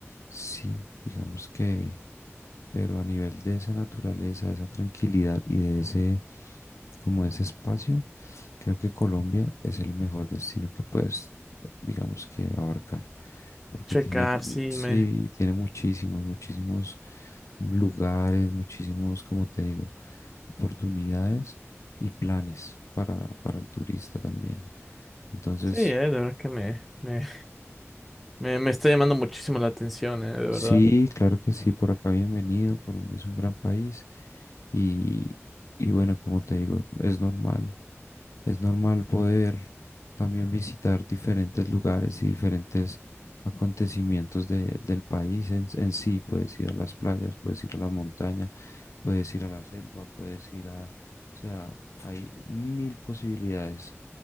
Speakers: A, on the left (about 80°); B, in the centre.
A: sí, digamos que pero a nivel de esa naturaleza, de esa tranquilidad y de ese, como ese espacio, creo que Colombia es el mejor destino que puedes, digamos que abarcar, porque
B: Checar,
A: tiene, mu-
B: sí,
A: sí,
B: me,
A: tiene muchísimos, muchísimos lugares, muchísimos, como te digo, oportunidades y planes para, para el turista también. Entonces,
B: sí, eh, de verdad que me, me, me, me está llamando muchísimo la atención, eh, de verdad,
A: Sí, claro que sí, por acá bienvenido. Colombia es un gran país y, y bueno, como te digo, es normal, es normal poder también visitar diferentes lugares y diferentes acontecimientos de- del país en, en sí. Puedes ir a las playas, puedes ir a las montañas puedes ir a la selva, puedes ir a, o sea, hay mil posibilidades.